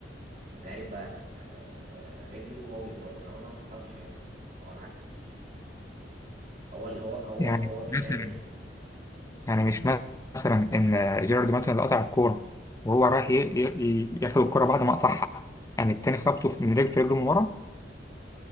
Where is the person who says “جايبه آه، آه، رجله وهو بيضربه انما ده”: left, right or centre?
Right